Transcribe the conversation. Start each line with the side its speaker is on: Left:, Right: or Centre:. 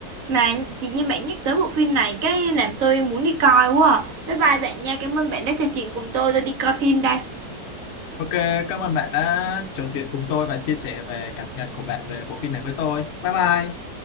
Right: Mà chị Nhi bạn nhắc tới bộ phim này cái làm tôi muốn đi coi quá à. Bye bye bạn nha, cảm ơn bạn đã trò chuyện cùng tôi, tôi đi coi phim đây.
Left: Ok, cảm ơn bạn đã trò chuyện cùng tôi và chia sẻ về cảm nhận của bạn về bộ phim này với tôi. Bye bye.